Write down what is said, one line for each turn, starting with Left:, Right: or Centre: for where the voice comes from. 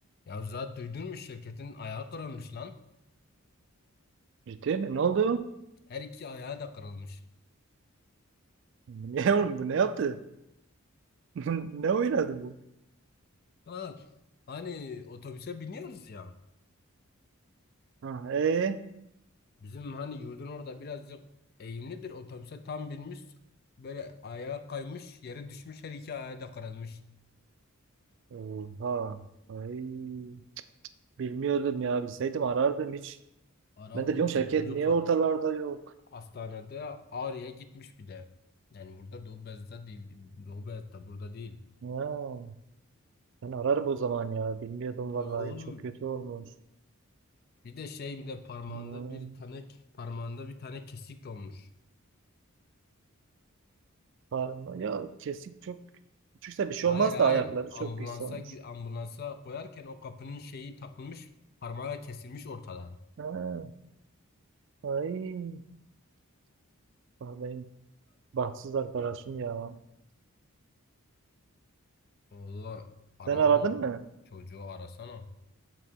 Left: Ya zaten duydun mu şirketin ayağı kırılmış lan.
Right: Ciddi mi? Ne oldu?
Left: Her iki ayağı da kırılmış.
Right: Ne oğlum bu ne yaptı? <laughs> Ne oynadı bu?
Left: Ya, hani otobüse biniyoruz ya.
Right: Ha, ee?
Left: Bizim hani yurdun orada birazcık eğimlidir. Otobüse tam binmiş. Böyle ayağı kaymış, yere düşmüş, her iki ayağı da kırılmış.
Right: Oha. Ay. Bilmiyordum ya. Bilseydim arardım hiç.
Left: Ara
Right: Ben
Left: oğlum
Right: de diyorum Şevket
Left: çocuk
Right: niye
Left: ha-
Right: ortalarda yok?
Left: hastanede Ağrı'ya gitmiş bir de. Yani burada Doğu Beyazıt'ta değil. Doğu Beyazıt'ta burada değil.
Right: Ha, ben ararım o zaman ya. Bilmiyordum
Left: Ara
Right: vallahi.
Left: oğlum
Right: Çok kötü olmuş.
Left: bir de şey bir de parmağında
Right: Ha,
Left: bir tane parmağında bir tane kesik olmuş.
Right: parma- Ya kesik çok küçükse bir şey
Left: Hayır
Right: olmaz
Left: hayır
Right: da ayakları
Left: ambulansa
Right: çok pis olmuş.
Left: gi- ambulansa koyarken o kapının şeyi takılmış parmağı kesilmiş ortadan.
Right: Ha, ay. Ah, benim bahtsız arkadaşım ya.
Left: valla ara
Right: Sen aradın
Left: oğlum
Right: mı?
Left: çocuğu arasana.